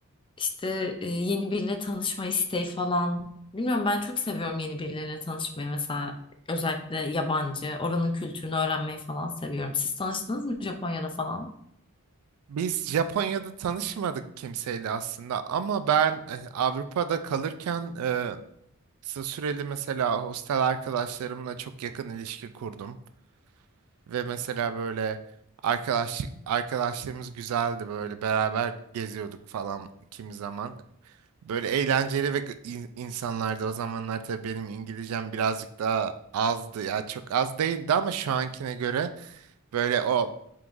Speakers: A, on the left; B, on the right.
A: işte e, yeni biriyle tanışma isteği falan. Bilmiyorum ben çok seviyorum yeni birileriyle tanışmayı mesela özellikle yabancı, oranın kültürünü öğrenmeyi falan seviyorum. Siz tanıştınız mı Japonya'da falan?
B: Biz Japonya'da tanışmadık kimseyle aslında ama ben e, Avrupa'da kalırken e, kısa süreli mesela hostel arkadaşlarımla çok yakın ilişki kurdum ve mesela böyle arkadaş arkadaşlığımız güzeldi böyle beraber geziyorduk falan kimi zaman. Böyle eğlenceli ve gı- in- insanlardı. O zamanlar tabii benim İngilizcem birazcık daha azdı. Ya çok az değildi ama şu ankine göre böyle o